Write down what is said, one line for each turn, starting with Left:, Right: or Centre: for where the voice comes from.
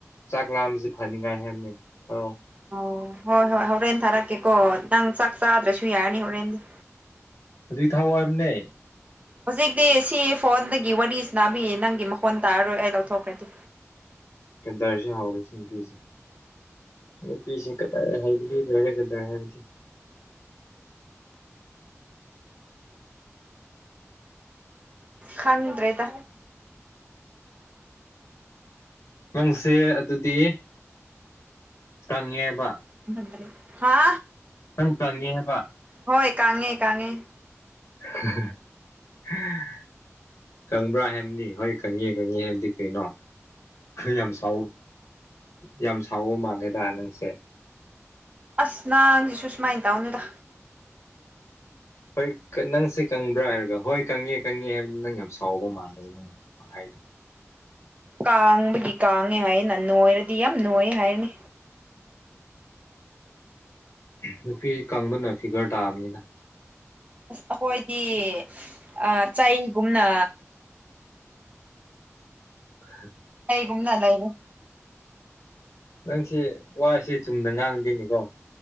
Left: ꯆꯥꯛ ꯂꯥꯝꯕꯁꯤ ꯐꯅꯤꯡꯉꯥꯏ ꯍꯥꯏꯕꯅꯦ ꯊꯧꯔꯛꯑꯣ
Right: ꯑꯣ ꯍꯣꯏ ꯍꯣꯏ ꯍꯣꯔꯦꯟ ꯊꯥꯔꯛꯀꯦꯀꯣ ꯅꯪ ꯆꯥꯛ ꯆꯥꯗ꯭ꯔꯁꯨ ꯌꯥꯔꯅꯤ ꯍꯣꯔꯦꯟꯗꯤ
Left: ꯍꯧꯖꯤꯛ ꯊꯥꯎꯑꯣ ꯌꯥꯝ ꯅ
Right: ꯍꯧꯖꯤꯛꯇꯤ ꯁꯤ ꯐꯣꯟꯗꯒꯤ ꯋꯥꯔꯤꯁꯤ ꯅꯥꯕꯤꯌꯦ ꯅꯪꯒꯤ ꯃꯈꯣꯟ ꯇꯥꯔꯔꯣꯏ ꯑꯩ ꯂꯧꯊꯣꯛꯈ꯭ꯔꯗꯤ
Left: ꯀꯗꯔꯁꯨ ꯍꯧꯎꯔꯦ ꯁꯤ ꯅꯨꯄꯤꯁꯦ ꯁꯤ ꯅꯨꯄꯤꯁ ꯀ ꯍꯥꯏꯕꯗꯤ ꯂꯩꯒꯗ꯭ꯔꯦ ꯍꯥꯏꯕꯗꯤ
Right: ꯈꯪꯗ꯭ꯔꯦꯗ
Left: ꯅꯪꯁꯦ ꯑꯗꯨꯗꯤ ꯆꯪꯉꯦꯕ
Right: ꯗꯦ ꯍꯥ
Left: ꯅꯪ ꯀꯪꯉꯦ ꯍꯥꯏꯕ
Right: ꯍꯣꯏ ꯀꯥꯉꯦ ꯀꯥꯉꯦ
Left: <unintelligible> ꯀꯪꯕ꯭ꯔꯥ ꯍꯥꯏꯕꯅꯤ ꯍꯣꯏ ꯀꯪꯉ‌ꯦ ꯀꯪꯉ‌ꯦ ꯍꯥꯏꯕꯗꯤ ꯀꯩꯅꯣ ꯌꯥꯝ ꯁꯥꯎ ꯌꯥꯝ ꯁꯥꯎꯕ ꯃꯥꯜꯂ‌ꯦꯗ ꯅꯪꯁꯦ
Right: ꯑꯁ ꯅꯪꯁꯤꯁꯨ ꯁꯨꯃꯥꯏ ꯇꯧꯅꯨꯗ
Left: ꯍꯣꯏ ꯅꯪꯁꯦ ꯀꯪꯕ꯭ꯔꯥ ꯍꯥꯏꯔꯒ ꯍꯣꯏ ꯀꯪꯉꯦ ꯀꯪꯉꯦ ꯍꯥꯏꯕꯗ ꯅꯪ ꯌꯥꯝ ꯁꯥꯎꯕ ꯃꯥꯟꯂꯦ ꯅꯪ ꯋꯍꯥꯏꯗ‌ꯣ
Right: ꯀꯥꯡꯕꯒꯤ ꯀꯥꯡꯉꯦ ꯍꯥꯏꯅ ꯅꯣꯏꯔꯗꯤ ꯌꯥꯝ ꯅꯣꯏ ꯍꯥꯏꯔꯅꯤ
Left: ꯅꯨꯄꯤ ꯀꯪꯕꯅ ꯐꯤꯒꯔ ꯇꯥꯕꯅꯤꯗ
Right: ꯑꯁ ꯑꯩꯈꯣꯏꯗꯤ ꯑ ꯆꯩꯒꯨꯝꯅ
Left: <unintelligible>
Right: ꯀꯩꯒꯨꯝꯅ ꯂꯩꯔꯦ
Left: ꯅꯪꯁꯦ ꯋꯥꯁꯤ ꯆꯨꯝꯅ ꯉꯥꯡꯗꯦꯅꯤꯀꯣ